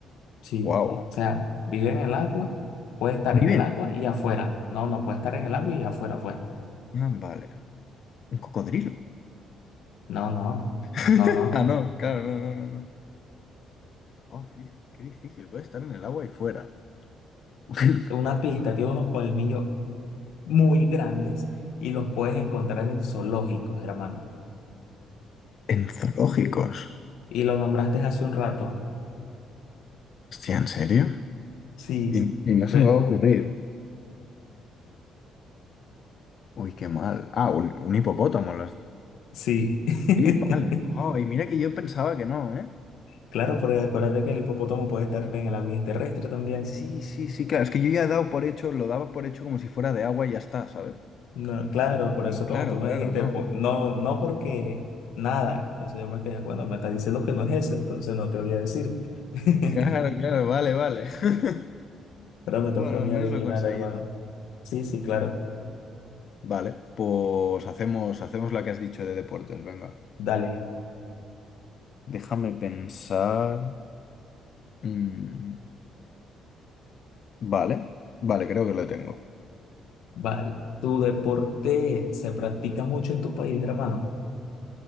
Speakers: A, on the left; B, on the left.
A: Sí.
B: Wow.
A: O sea, vive en el agua, puede estar
B: Viven.
A: en el agua y afuera. No, no puede estar en el agua y afuera, pues.
B: Ah, vale. Un cocodrilo.
A: No, no,
B: <laughs>
A: no, no.
B: Ah, no, claro, no, no, no, no. Oh, qué, di- qué difícil. Puede estar en el agua y fuera. <laughs>
A: Una pista tiene unos colmillos muy grandes y los puedes encontrar en zoológicos, hermano.
B: En zoológicos.
A: Y lo nombraste hace un rato.
B: Hostia, ¿en serio?
A: Sí,
B: Y, y no se
A: pe-
B: me va a ocurrir. Uy, qué mal. Ah, un, un hipopótamo. Las...
A: sí. <laughs>
B: Sí, vale. Oh, y mira que yo pensaba que no, ¿eh?
A: Claro, porque acuérdate
B: Claro.
A: que el hipopótamo puede estar en el agua y es terrestre también.
B: Sí, sí, sí, claro. Es que yo ya he dado por hecho, lo daba por hecho como si fuera de agua y ya está, ¿sabes?
A: No, claro,
B: Pero
A: por eso como
B: claro,
A: tú me
B: claro,
A: dijiste,
B: no.
A: po- no, no porque nada. Entonces yo me quedé, bueno, me está diciendo que no es ese, entonces no te voy a decir. <laughs>
B: Claro, claro, vale, vale. <laughs>
A: Pero me toca
B: Bueno,
A: a mí
B: al menos
A: adivinar,
B: lo he conseguido.
A: hermano. Sí, sí, claro.
B: Vale, pues hacemos, hacemos la que has dicho de deportes, venga.
A: Dale.
B: Déjame pensar. Mm, vale, vale, creo que lo tengo.
A: Vale. ¿Tu deporte se practica mucho en tu país, hermano?